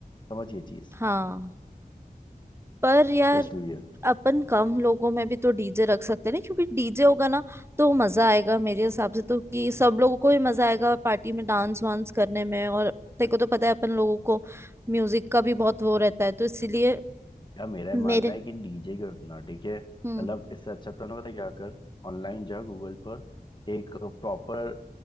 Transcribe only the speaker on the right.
हाँ पर यार
अपन कम लोगों में भी तो डीजे रख सकते हैं ना क्योंकि डीजे होगा ना तो मजा आएगा मेरे हिसाब से तो कि सब लोगों को ही मजा आएगा पार्टी में डांस वांस करने में और तेरे को तो पता है अपन लोगों को म्यूजिक का भी बहुत वो रहता है तो इसीलिए
मेरे
हम्म